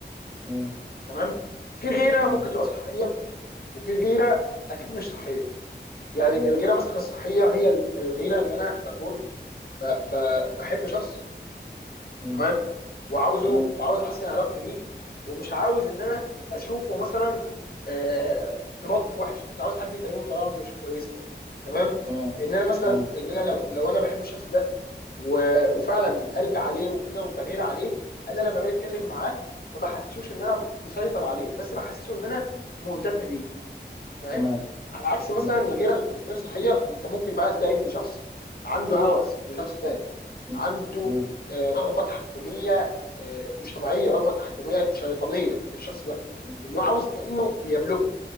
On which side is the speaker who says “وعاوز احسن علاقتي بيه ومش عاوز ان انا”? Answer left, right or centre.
Left